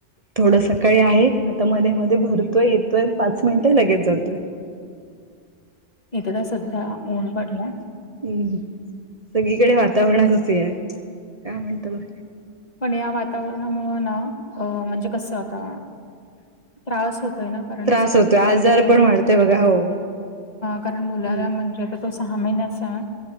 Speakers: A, on the right (about 35°); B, on the left (about 35°).
A: थोडं सकाळी आहे आता मध्ये मध्ये भरतोय येतोय पाच मिनिटं लगेच जातोय <inaudible>
B: इथं तर सध्या ऊन पडला
A: हम्म सगळीकडे वातावरणातच आहे काय म्हणत बघ
B: पण या वातावरणामुळं ना अ म्हणजे कसं होता त्रास होतोय ना कारण
A: त्रास
B: सतत
A: होतो आजार
B: चें
A: पण वाढते बघा हो
B: कारण मुलाला
A: हम्म
B: म्हणजे तो सहा महिन्याचा